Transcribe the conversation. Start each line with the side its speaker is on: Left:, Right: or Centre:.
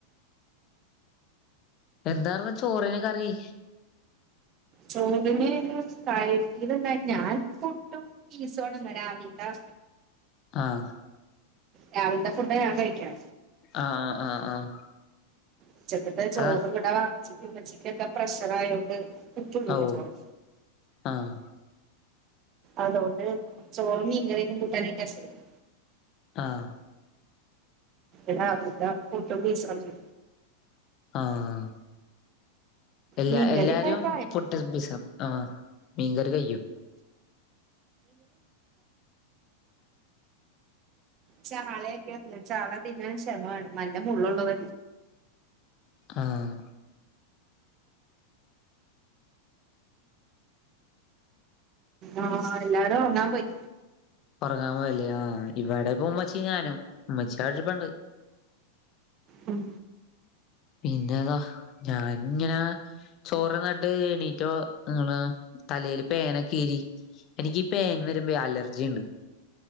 Left: എന്താറുന്നു ചോറിന് കറി
Right: ചോറിന് ഒരു കഴീത്ണ്ടായി ഞാൻ പുട്ടും പീസുമാണ് ഇന്ന് രാവിലത്തെ
Left: ആഹ്
Right: രാവിലത്തെ ഫുഡാ ഞാൻ കഴിക്കാ
Left: ആഹ് ആഹ് ആഹ് ആഹ്
Right: ഉച്ചക്കത്തെ ചോറ്
Left: അതാ
Right: കൂടെ വാങ്ങിച്ചിട്ടച്ചക്ക് ഉമ്മച്ചിക്കൊക്കെ പ്രഷറായോണ്ട് കുറച്ചെ ഇടൂളു
Left: ഓ
Right: ചോറ്
Left: ആഹ്
Right: അതുകൊണ്ട് ചോറ് മീൻ കറിയും കൂട്ടാനായിട്ടാരസമുള്ളു
Left: ആഹ്
Right: എടാ അവിടുത്തെ പുട്ടും പീസുമാണ്
Left: ആഹ് എല്ലാ
Right: മീൻക്കറിം
Left: എല്ലാരും
Right: <unintelligible> ച <unintelligible>
Left: ഫുഡ് ബിസ ആഹ് മീൻകറി കയ്യും
Right: ചാളയൊക്കെയ തിന്നാ ചാള തിന്നാൻ ക്ഷമ വേണം നല്ല മുള്ളുള്ളത
Left: ആഹ്
Right: ആഹ് എല്ലാരും ഒറങ്ങാൻ പോയി
Left: ഉറങ്ങാൻ പോയല്ലേ ആഹ് ഇവിടെപ്പ ഉമ്മച്ചിയും ഞാനും ഉമ്മച്ചി അവടെ ഇരിപ്പുണ്ട്
Right: മ്മ്
Left: പിന്നെതാ ഞാന് ഇങ്ങനെ ചോറ് തിന്നിട്ട് എണീറ്റോ നിങ്ങള് തല പേനൊക്കെ ഈരി എനിക്ക് ഈ പേൻ വരുമ്പോൾ അലർജി ഇണ്ട്